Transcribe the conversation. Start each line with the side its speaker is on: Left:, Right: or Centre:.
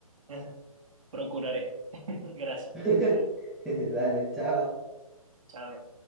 Right: <laughs> Procuraré. <laughs> Gracias.
Centre: <laughs> Dale, chao.
Right: Chao.